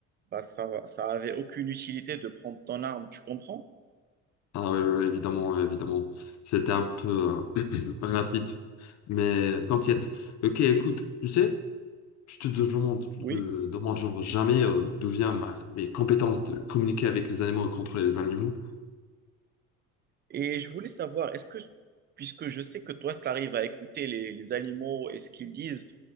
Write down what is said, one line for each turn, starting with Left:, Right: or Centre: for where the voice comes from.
Right: bah ça, ça avait aucune utilité de prendre ton arme. Tu comprends?
Left: Ah oui, oui, oui, évidemment, oui, évidemment. C'était un peu euh, <clears throat> rapide. Mais t'inquiète. Ok, écoute, tu sais, tu te demandes, tu
Right: Oui.
Left: te demandes genre jamais euh, d'où viennent ma, mes compétences de communiquer avec les animaux et contrôler les animaux.
Right: Et je voulais savoir, est-ce que, puisque je sais que toi, tu arrives à écouter les, les animaux et ce qu'ils disent,